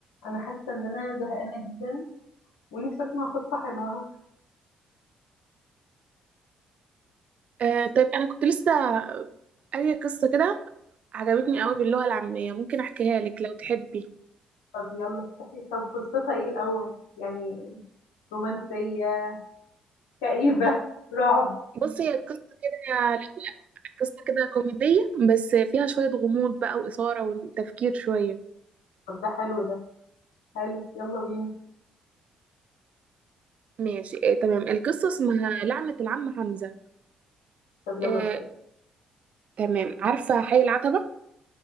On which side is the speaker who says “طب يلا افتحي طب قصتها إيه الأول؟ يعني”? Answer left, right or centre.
Left